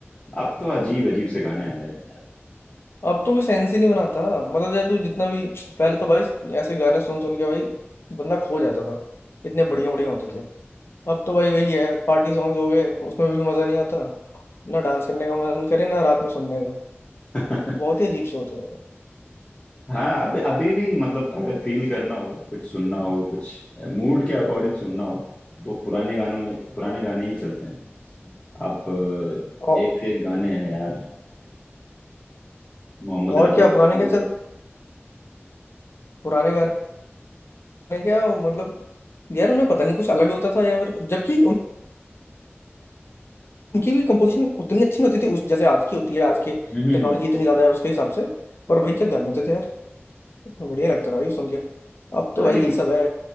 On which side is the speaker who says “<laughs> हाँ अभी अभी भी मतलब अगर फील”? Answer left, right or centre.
Left